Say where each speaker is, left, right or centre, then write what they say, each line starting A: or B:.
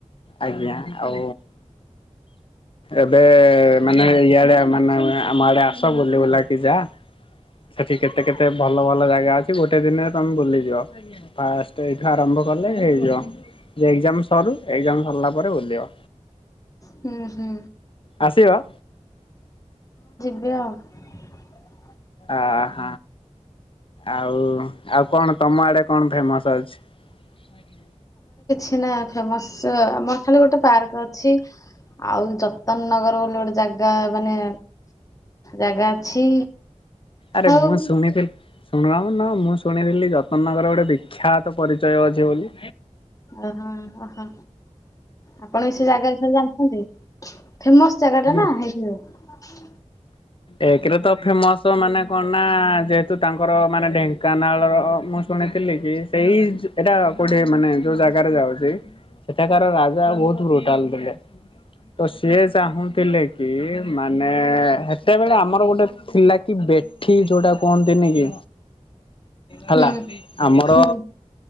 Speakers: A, on the left (about 45°); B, on the left (about 30°).
A: ଆଜ୍ଞା। ଆଉ ଏବେ ମାନେ ଇଆଡେ ମାନେ ଆମ ଆଡେ ଆସ ବୁଲି ବୁଲାକି ଯା। ସେଠି କେତେ କେତେ ଭଲ ଭଲ ଜାଗା ଅଛି ଗୋଟେ ଦିନରେ ତମେ ବୁଲିଯିବ। ଫାଷ୍ଟ ଏଇଠୁ ଆରମ୍ଭ କଲେ ହେଇଯିବ। ଯେ ଏକ୍ଜାମ ସରୁ ଏକ୍ଜାମ ସରିଲା ପରେ ବୁଲିବ।
B: ହୁଁ ହୁଁ
A: ଆସିବ?
B: <unintelligible>
A: ଅ ହ। ଆଉ ଆଉ କଣ ତମ ଆଡେ କଣ ଫେମସ ଅଛି? ଆଜ୍ଞା।
B: ସିନା ଫେମସ୍ ଆମର ଖାଲି ଗୋଟେ ପାର୍କ ଅଛି। ଆଉ ଯତନ ନଗର ବୋଲି ଗୋଟେ ଜାଗା ମାନେ ଜାଗା ଅଛି।
A: ଆରେ
B: ଆଉ
A: ମୁଁ ଶୁଣିଥିଲି ଶୁଣ ନା ମୁଁ ଶୁଣିଥିଲି ଯତନ ନଗର ଗୋଟେ ବିଖ୍ୟାତ ପରିଚୟ ଅଛି ବୋଲି।
B: ଓ ହୋ ଓ ହୋ। ଆପଣ ବି ସେ ଜାଗା ବିଷୟରେ ଜାଣିଛନ୍ତି। ଫେମସ ଜାଗା ଟା
A: ହୁଁ।
B: ନା ହେଇଥିପାଇଁ।
A: ଏକରେ ତ ଫେମସ ମାନେ କଣ ନା ଯେହେତୁ ତାଙ୍କ ଙ୍କର ମାନେ ଢେଙ୍କାନାଳ ମୁଁ ଶୁଣିଥିଲି କି ସେଇ ଏଇଟା କୋଉଠି ମାନେ ଯୋଉ ଜା ଯାଉଚି। ସେଠାକାର ରାଜା ବହୁତ ବ୍ରୁଟାଲ ଥିଲେ। ତ ସିଏ ଚାହୁଁଥିଲେ କି ମାନେ ସେତେବେଳେ ଆମର ଗୋଟେ ଥିଲା କି ବେଠି ଯୋଉଟା କୁହନ୍ତିନି କି ହେଲା।
B: ହୁଁ
A: ଆମର
B: ହୁଁ